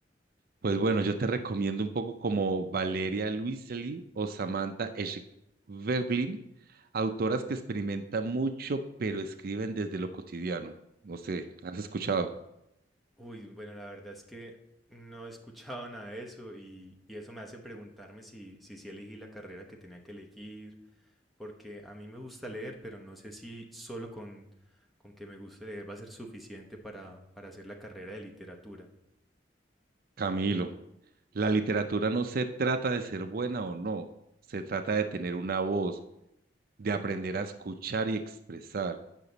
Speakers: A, on the right (about 55°); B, in the centre.
A: Pues bueno, yo te recomiendo un poco como Valeria Luiselli o Samantha Schweblin, autoras que experimentan mucho, pero escriben desde lo cotidiano. No sé, ¿has escuchado?
B: Uy, bueno, la verdad es que no he escuchado <laughs> nada de eso y, y eso me hace preguntarme si, si sí elegí la carrera que tenía que elegir, porque a mí me gusta leer, pero no sé si solo con, con que me guste leer va a ser suficiente para, para hacer la carrera de literatura.
A: Camilo. La literatura no se trata de ser buena o no, se trata de tener una voz, de aprender a escuchar y expresar.